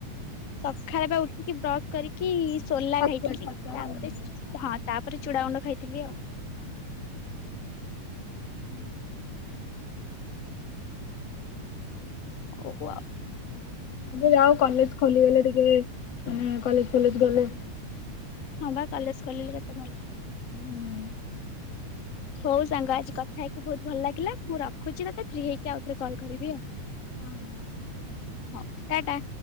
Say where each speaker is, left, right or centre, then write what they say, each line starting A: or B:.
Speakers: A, on the left; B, on the left.
A: ସଖାଳେ ବା ଉଠିକି ବ୍ରସ୍ କରିକି ସୋଲା
B: ଛତୁଆ
A: ଖାଇଥିଲି
B: ଛତୁଆ
A: ତାପରେ
B: ହଁ ମନେ ପଇଲା ଛତୁଆ
A: ହଁ ତାପରେ ଚୁଡ଼ା ଗୁଣ୍ଡ ଖାଇଥିଲି ଆଉ।
B: ଉ -ହୁ
A: ଓ ଆଉ।
B: ସବୁ ଯାଉ କଲେଜ ଖୋଲିଗଲେ ଟିକେମାନେ କଲେଜ ଫଲେଜ ଗଲେ
A: ହଁ ବା କଲେଜ ଖୋଲିଲେ କେତେ ଭଲ।
B: ହୁଁ।
A: ହଉ ସାଙ୍ଗ ଆଜି କଥା ହେଇକି ବହୁତ ଭଲ ଲାଗିଲା ମୁଁ ରଖୁଛି ତତେ ଫ୍ରି ହେଇକି ଆଉଥରେ କଲ କରିବି ଆଉ।
B: ହ ହ?
A: ହଁ ଟା ଟା।